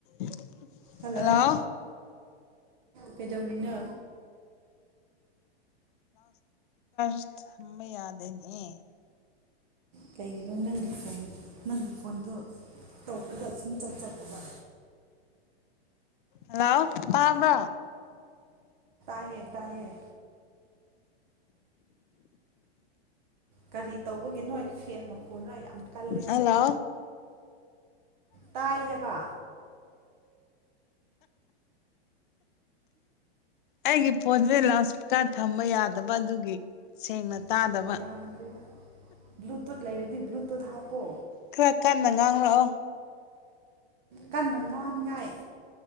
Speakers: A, on the left; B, on the right.
A: <inaudible>
B: Hello
A: hello
B: ꯀꯩꯗꯧꯔꯤꯅꯣ
A: <unintelligible> ꯌꯥꯗꯅꯤ
B: ꯀꯩꯒꯤꯅꯣ ꯅꯪꯒꯤ ꯐꯣꯟ ꯅꯪꯒꯤ ꯐꯣꯟꯗꯣ ꯇꯧꯔꯒ ꯁꯨꯝ ꯆꯠ ꯆꯠꯇꯕ
A: ꯍꯜꯂꯣ ꯇꯥꯕ꯭ꯔꯣ
B: ꯇꯥꯌꯦ ꯇꯥꯌꯦ ꯀꯔꯤ ꯇꯧꯕꯒꯤꯅꯣ ꯐꯦꯟ ꯃꯈꯣꯟꯅ ꯌꯥꯝ ꯀꯂꯅ
A: ꯍꯜꯂꯣ
B: ꯇꯥꯏ ꯍꯥꯏꯕ
A: ꯑꯩꯒꯤ ꯄꯣꯟꯠꯁꯦ ꯂꯥꯎꯗ ꯏꯁꯄꯤꯀꯥꯔ ꯊꯝꯕ ꯌꯥꯗꯕ ꯑꯗꯨꯒꯤ ꯁꯦꯡꯅ
B: <inaudible>
A: ꯇꯥꯗꯕ
B: ꯂꯩꯗꯤ ꯕ꯭ꯂꯨꯇꯨꯠ ꯍꯥꯄꯣ
A: ꯈꯔ ꯀꯟꯅ ꯉꯥꯡꯂꯛꯑꯣ
B: ꯀꯟꯅ ꯉꯥꯡꯉꯥꯏ